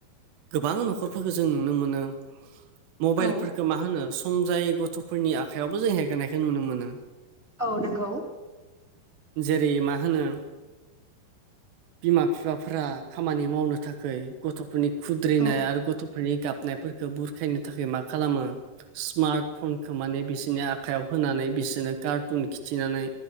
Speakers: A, on the right; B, on the right.
A: गोबां न'खरफोरखौ जों नुनो मोनो मबाइलफोरखो
B: औ
A: मा होनो सम जायै गथ'फोरनि आखाइायावबो जों हेगारनायखौ नुनो मोनो।
B: औ नंगौ
A: जेरै मा होनो बिमा बिफाफोरा खामानि मावनो थाखाय गथ'फोरनि खुद्रिनाय
B: औ
A: आरो गथ'फोरनि गाबनायफोरखौ बुरखायनो थाखाय मा खालामो स्मार्ट फनखौ माने बिसोरनि आखायाव होनानै बिसोरनो कार्टुन खिथिनानै